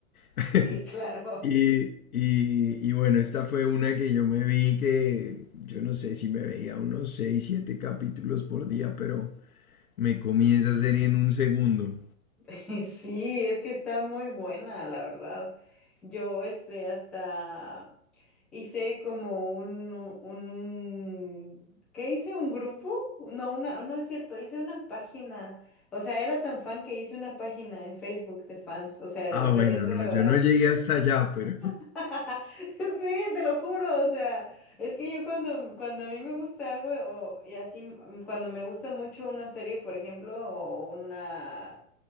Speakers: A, on the left; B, in the centre.
A: <laughs>
B: Sí, claro.
A: Y, y, y bueno, esta fue una que yo me vi que yo no sé si me veía unos 6 7 capítulos por día, pero me comí esa serie en un segundo.
B: <laughs> Sí, es que está muy buena, la verdad. Yo, este, hasta hice como un, un, ¿qué hice? ¿Un grupo? No, una, no es cierto, hice una página. O sea, era tan fan que hice una página en Facebook de fans. O sea,
A: Ah,
B: de-
A: bueno,
B: es de
A: no,
B: verdad.
A: yo no llegué hasta allá, pero
B: <laughs> Sí, te lo juro. O sea, es que yo cuando, cuando a mí me gusta algo o- y así, mm, cuando me gusta mucho una serie, por ejemplo, o una